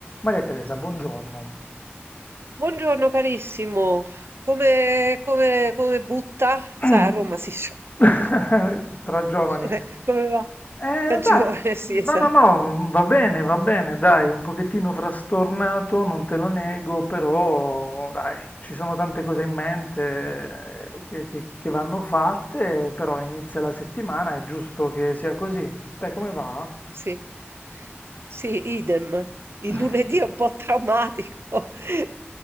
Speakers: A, on the left; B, on the right.
A: Maria Teresa, buongiorno.
B: Buongiorno carissimo, come, come- come butta?
A: <clears throat>
B: Sai, a Roma si dice <laughs>
A: <coughs>
B: butta.
A: Tra giovani.
B: Come, come va?
A: Eh,
B: Peggiore,
A: dai,
B: <laughs> sì, esatto.
A: no, no, no, va bene, va bene, dai, un pochettino frastornato, non te lo nego, però dai, ci sono tante cose in mente eh, che, che- che vanno fatte, però inizia la settimana, è giusto che sia così. Te come va?
B: Sì. Sì, idem. Il
A: <laughs>
B: lunedì è un po' traumatico. <laughs>